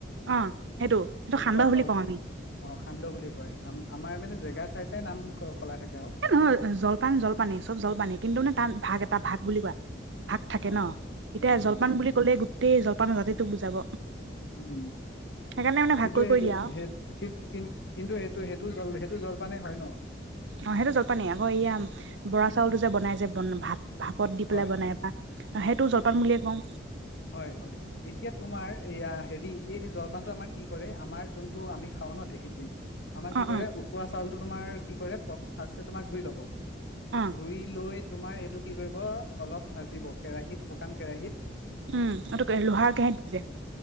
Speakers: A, on the right; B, on the left.
A: অ সেইটো সেইটো
B: উখোৱা
A: সান্দহ
B: চাউলতটো
A: বুলি কওঁ আমি
B: অ সান্দ বুলি কয় আম আমাৰ মানে জেগা চাই চাই নাম সলাই থাকে আৰু
A: এই নহয় জলপান জলপানে চব জলপানে কিন্তু মানে তাত ভাগ এটা ভাত বুলি কোৱা ভাগ থাকে
B: অ
A: ন এতিয়া
B: উম
A: জলপান
B: উম
A: বুলি ক'লে গো তেই জলপান ৰাজে তোক বুজাব।
B: উম',
A: সেইকাৰণে মানে
B: কিন্তু
A: ভাগ কৰি
B: সেই -সেইটো
A: কৰি দিয়া আৰু
B: সেই কি কিন্তু সেইটো - সেইটো জল - সেইটো জল পানে হয় ন।
A: অহ', সেইটো জলপানী আকৌ এয়া বৰা চাউলটো যে বনাই যেন বন ভাত। ভাপত দি
B: হয়
A: পেলাই বনাই পা সেইটো জলপান বুলিয়ে কওঁ।
B: হয়-হয় এতিয়া তোমাৰ এইয়া হেৰি এই জলপানটো আমাৰ কি কৰে আমাৰ যোনটো আমি খাও ন ঢেঁকী দি আমাৰ
A: অ
B: কি কৰে
A: অ
B: উখোৱা চাউলটো তোমাৰ কি কৰে। ফাৰ্ষ্টতে তোমাৰ ধুই লব।
A: অ
B: ধুই লৈ তোমাৰ সেইটো কি কৰিব অলপ ভাজিব কেৰাহীত শুকান কেৰাহীত।
A: উম', এটো <unintelligible> লোহাৰ কেৰাহীত ভাজে।